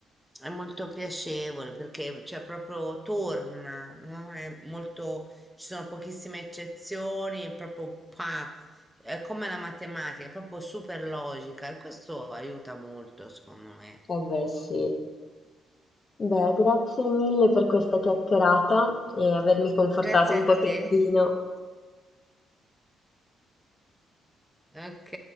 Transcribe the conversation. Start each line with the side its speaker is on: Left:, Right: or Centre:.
Centre: è molto piacevole perché cioè, proprio torna, no? È molto ci sono pochissime eccezioni, è proprio pa, è come la matematica, è proprio super logica e questo aiuta molto, secondo me.
Left: Eh beh, sì. Beh, grazie mille per questa chiacchierata e avermi confortato
Centre: Grazie
Left: un
Centre: a
Left: pochettino.
Centre: te. Ok.